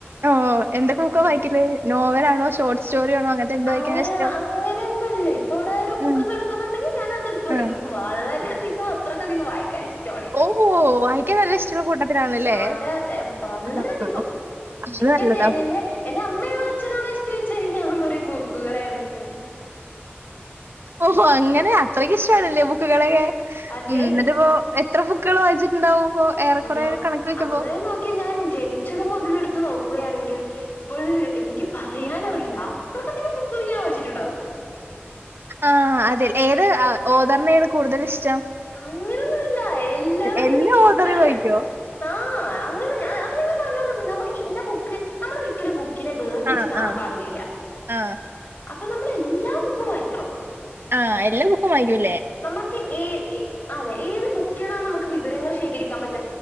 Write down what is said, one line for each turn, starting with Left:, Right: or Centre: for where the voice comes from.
Right: അഓ എന്തൊക്ക ബുക്കേള്
Left: ഉം
Right: വായിക്കല് നോവലാ ണോ ഷോർട്ട് സ്‌റ്റോറി ആണോ അങ്ങനത്തെ എന്ത്
Left: അങ്ങ്ന
Right: വായിക്കാനാ ഇഷ്ടം
Left: അങ്ങനെ ഒന്നും ഇല്ലേ. ഇപ്പ ഇവിടെ ഒരു ബുക്ക്
Right: ഉം
Left: കെടക്കുന്നുണ്ടെങ്കി ഞാൻ അത് എടുത്ത് വെയ്ക്കും.
Right: ആഹ്
Left: വളരെ അധികം അത്രയ്ക്ക അധികം വായി കഴിച് റ്റോണിക്
Right: ഓ വായിക്കാൻ നല്ല ഇഷ്ടമുള്ള കൂട്ടത്തിലാണല്ലേ
Left: അതെ അതെ വളരധികം
Right: ആഹ് അത്
Left: എനിക്കെൻ്റെ
Right: നല്ലതാ
Left: എ എൻ്റെ എൻ്റെ അമ്മയാണോ അച്ഛനാണോ ഇഷ്ട്ടോ ചോയിച്ചാ എനിക്ക് അമ് ട്ടീം ബുക്കുകളെയാണ് ഇഷ്ടംന്ന്
Right: ഓഹോ അങ്ങനെ അത്രക്കിഷ് ഷ്ട്ടാണല്ലേ ബുക്കുകളെക്കെ
Left: അതെ
Right: ഉം എന്നിട്ടിപ്പോ എ ത്ര ബുക്കുകള് വായിച്ചിട്ടുണ്ടാവും? ഇപ്പോ ഏറെക്കുറെ
Left: ഞ
Right: ഒരു കണക്ക് വെക്കുമ്പോ
Left: അങ്ങനെ നോക്കിയാ ഞാൻ ജനിച്ചത് മുതലെടുത്ത് നോ ക്കുകയാണെങ്കിൽ ഇപ്പോൾ എനിക്ക് പറയാനറിയില്ല അത്രക്കധികം ബുക്ക് ഞാൻ വായിച്ചിട്ടുണ്ടാകും.
Right: ആഹ് അതെൽ ഏത് ആ ഓതറിനയാണ് കൂടുതൽ ഇഷ്
Left: അങ്ങനൊന്നു ഇല്ല എല്ലാവരേം
Right: എല്ലാ
Left: എനിക്ക് ഇഷ്ടാണ്.
Right: ഓഥറെയും വായിക്കോ?
Left: ആഹ് അങ്ങനെ ഞാ അത്രേങ്കി പറഞ്ഞോന്ന് നമക്ക് എൻ്റ ബുക്ക് നമ്മള് ഒരിക്കലും ബു ക്കിനെ വേർതിരിച്ച്
Right: ആ,
Left: കാണാൻ
Right: ആ,
Left: പാടുകയില്ല.
Right: ആ,
Left: അപ്പം നമ്മള് എല്ലാ ബുക്കും വായിക്കണം
Right: ആഹ് എല്ലാ ബുക്കും വായിക്കു അ
Left: നമ്മൾക്ക് ഏ എ അതെ ഏത് ബുക്ക് ക്കിന്നാണ് നമ്മക്ക് വിവരങ്ങൾ ശേഖരിക്കാം പറ്റ്